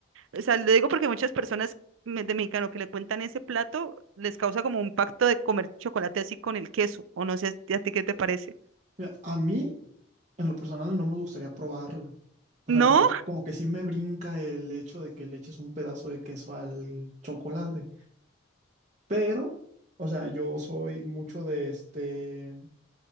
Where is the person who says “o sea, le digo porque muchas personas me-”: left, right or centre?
Right